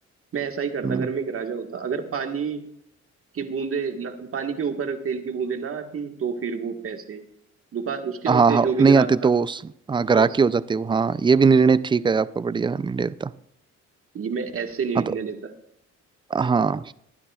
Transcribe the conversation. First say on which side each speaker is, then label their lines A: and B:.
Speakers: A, on the right (about 45°); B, on the right (about 15°).
A: मैं ऐसा ही करता
B: हम्म
A: अगर मैं एक राजा होता अगर पानी कि बूंदे ना पानी के ऊपर तेल की बूंदे ना आती तो फिर वो पैसे दुकान उसके
B: हाँ
A: होते
B: हाँ
A: जो भी
B: नहीं
A: ग्राहक
B: आते तो
A: था
B: उस- हाँ ग्राहकी
A: बस
B: हो जाते हो हाँ ये भी निर्णय ठीक है आपका बढ़िया निर्णय था
A: ये मैं ऐसे निर्णय
B: हाँ तो
A: लेता
B: हाँ